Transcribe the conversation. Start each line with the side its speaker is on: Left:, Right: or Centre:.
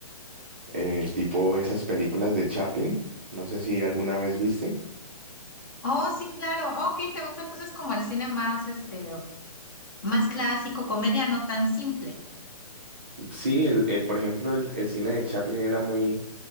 Right: eh, el tipo esas películas de Chaplin, no sé si alguna vez viste.
Left: Oh, sí, claro. Ok, ¿te gusta entonces como el cine más este más clásico, comedia no tan simple?
Right: Sí, el, eh, por ejemplo, el, el cine de Chaplin era muy